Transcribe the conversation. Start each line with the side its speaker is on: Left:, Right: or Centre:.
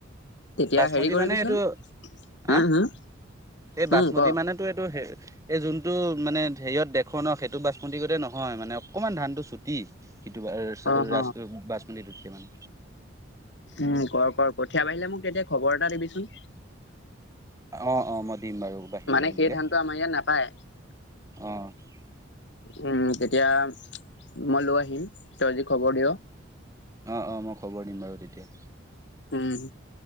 Left: তেতিয়া
Right: বাচমতি
Left: হেৰি কৰিবিচোন
Right: মানে এইটো
Left: উম
Right: আঁ
Left: হম
Right: এই বাচমতি
Left: উম ক
Right: মানেটো এইটো হে- এই যোনটো মানে হেৰিয়ত দেখোঁ ন সেইটো বাচমতি গতে নহয় মানে অকমান ধানটো চুটি। ইটো বাই
Left: অ হ
Right: ৰাছ বাচমতিটোতকে মানে।
Left: উম' কৰ কৰ কঠিয়া বাৰিলে মোক তেতিয়া খবৰ এটা দিবিচোন।
Right: অঁ অঁ' মই দিম বাৰু বাহিলে
Left: মানে
Right: মেলিলে।
Left: সেই ধানটো আমাৰ ইয়াত নাপায়
Right: অঁ'
Left: উম' তেতিয়া মই লৈ আহিম, তই যদি খবৰ দিয়।
Right: অঁ অঁ মই খবৰ দিম বাৰু তেতিয়া।
Left: উম'